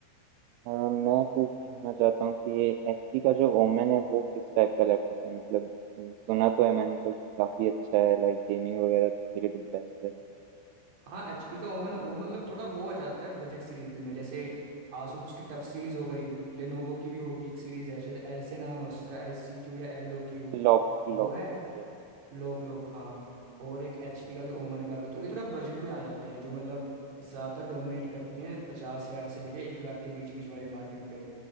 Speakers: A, on the right (about 85°); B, on the right (about 55°).
A: अ, मैं पूछना चाहता हूँ कि एचपी का जो ओमेन है वो किस टाइप का लैपटॉप है मतलब हम्म, सुना तो है मैंने कि काफी अच्छा है लाइक गेमिंग वगैरह के लिए तो बेस्ट है
B: हाँ एचपी का ओवन वो मतलब थोड़ा वो आ जाता है बजट सीरीज में जैसे आसूस की टफ सीरीज हो गई लेनोवो की भी होगी एक सीरीज है शायद एल से नाम है उसका एल सी क्यू या एल ओ क्यू
A: Lock lock
B: वो है
A: yes।
B: लोक लोक हाँ और एक एचपी का भी ओमन का भी तो ये थोड़ा बजट में आ जाते हैं जो मतलब ज़्यादा डोमिनेट करते हैं पचास हज़ार से लेके एक लाख के बीच बीच वाले मार्केट पे